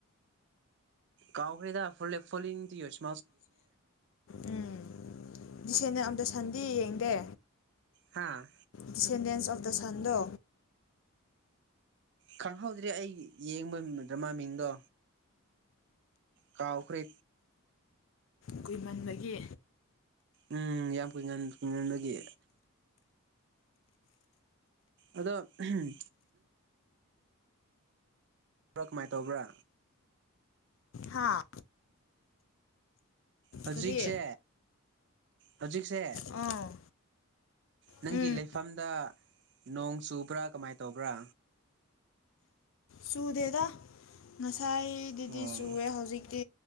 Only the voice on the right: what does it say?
ꯀꯥꯎꯈ꯭ꯔꯦꯗ ꯐꯣꯂꯦ <unintelligible>
ꯍꯥꯥ
ꯈꯪꯍꯧꯗ꯭ꯔꯦ ꯑꯩ ꯌꯦꯡꯕ ꯗ꯭ꯔꯃꯥ ꯃꯤꯡꯗꯣ ꯀꯥꯎꯈ꯭ꯔꯦ
ꯎꯝ ꯌꯥꯝ ꯀꯨꯏꯃꯟꯕꯒꯤ ꯑꯗꯣ ꯑꯍꯝ ꯀꯃꯥꯏ ꯇꯧꯕ꯭ꯔꯥ
ꯍꯧꯖꯤꯛꯁꯦ
ꯍꯧꯖꯤꯛꯁꯦ
ꯅꯪꯒꯤ
ꯂꯩꯐꯝꯗ ꯅꯣꯡ ꯆꯨꯕ꯭ꯔꯥ ꯀꯃꯥꯏ ꯇꯧꯕ꯭ꯔꯥ
ꯑꯣ